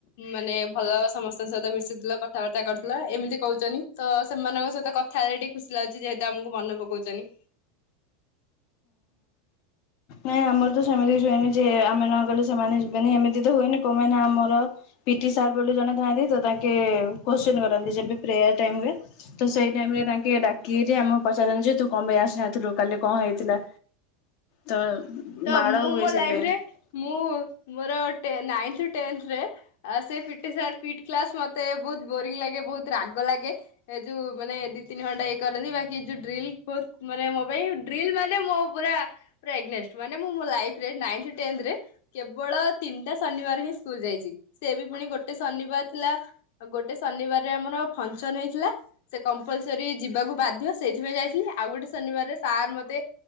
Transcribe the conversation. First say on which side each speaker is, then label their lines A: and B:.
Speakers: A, on the left (about 60°); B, on the left (about 45°).
A: ମାନେ ଭଲ ସମସ୍ତେ। ଙ୍କ ସହିତ ମିଶିଥିଲ କଥାବାର୍ତ୍ତା କରୁଥିଲ ଏମିତି କହୁଛନ୍ତି ତ ସେମାନଙ୍କ ସହିତ କଥା ହେଲେ ଟିକେ ଖୁସି ଲାଗୁଛି ଯେହେତୁ ଆମକୁ ମନ ପକାଉଛନ୍ତି।
B: ନ ଆମର ତ ସେମିତି ହୁଏନି ଯେ ଆମେ ନ ଗଲେ ସେମାନେ ଯିବେନି ଏମିତି ତ ହୁଏନି କଣମାନେ ଆମର ପିଟି ସାର୍ ବୋଲି ଜଣେ ଥାଆନ୍ତି ତ ତାଙ୍କେ କୋଶ୍ଚିନ କରନ୍ତି ଯେବେ ପ୍ରେୟାର ଟାଇମ ରେ ତ ସେଇ ଟାଇମ ରେ ତାଙ୍କେ ଡାକରି ଆମେ ପଚାରନ୍ତି ଯେ ତୁ କଣ ଆସି ନଥିଲୁ କାଲି କଣ ହେଇଥିଲା ତ
A: ତ
B: ମାଡ଼
A: ମୁଁ
B: ହୁଏ
A: ମୋ
B: ସେଇଥିପାଇଁ।
A: ଲାଇଫରେ ମୁଁ ମୋର ନାଇନ୍ଥ ଟେନ୍ଥରେ ସେ ପିଟି ସାର ପିଟ୍ କ୍ଲାସ୍ ମତେ ବହୁତ ବୋରିଙ୍ଗ ଲାଗେ ବହୁତ ରାଗ ଲାଗେ ଏ ଯୋଉ ମାନେ ଦି ତିନି ଘଣ୍ଟା ଇଏ କରନ୍ତି ବାକି ଯୋଉ ଡ୍ରିଲ ବହୁ ମାନେ ମୋ ପାଇଁ ଡ୍ରିଲ ମାନେ ମୋ ପୁରା ଏଗନେଷ୍ଟ। ମାନେ ମୁଁ ମୋ ଲାଇଫରେ ନାଇଥ ଟେନ୍ଥ ରେ କେବଳ ତିନିଟା ଶନିବାର ହିଁ ସ୍କୁଲ ଯାଇଛି ସେ ବି ପୁଣି ଗୋଟେ ଶନିବାର ଥିଲା ଗୋଟେ ଶନିବାରରେ ଆମର ଫଙ୍କସନ ହେଇଥିଲା ସେ କମ୍ପଲସରୀ ଯିବାକୁ ବାଧ୍ୟ ସେଇଥିପାଇଁ ଯାଇଥିଲି ଆଉ ଗୋଟେ ଶନିବାରରେ ସାର୍ ମତେ